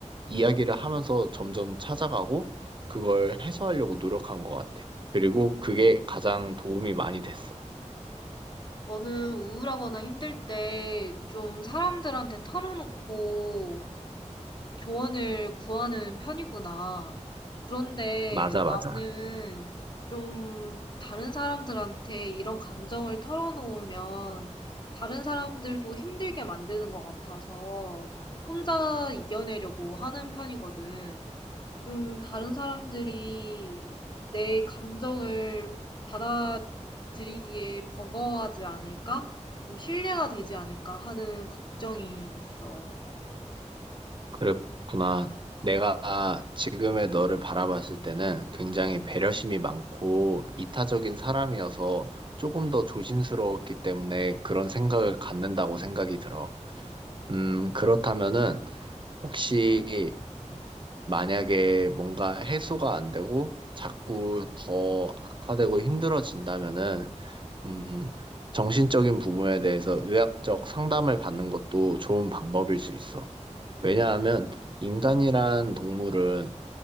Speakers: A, on the right; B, on the left.
A: 이야기를 하면서 점점 찾아가고 그걸 해소하려고 노력한 것 같아. 그리고 그게 가장 도움이 많이 됐어.
B: 너는 우울하거나 힘들 때 좀 사람들한테 털어놓고 조언을 구하는 편이구나. 그런데
A: 맞아, 맞아.
B: 나는 좀 다른 사람들한테 이런 감정을 털어놓으면 다른 사람들도 힘들게 만드는 것 같아서 혼자 이겨내려고 하는 편이거든. 좀 다른 사람들이 내 감정을 받아들이기에 버거워하지 않을까? 좀 신뢰가 되지 않을까 하는 걱정이 있어.
A: 그랬구나. 내가 지금의 너를 바라봤을 때는 굉장히 배려심이 많고 이타적인 사람이어서 조금 더 조심스러웠기 때문에 그런 생각을 갖는다고 생각이 들어. 음, 그렇다면은 혹시 만약에 뭔가 해소가 안 되고 자꾸 더 악화되고 힘들어진다면은, 음, 정신적인 부분에 대해서 의학적 상담을 받는 것도 좋은 방법일 수 있어. 왜냐하면 인간이란 동물은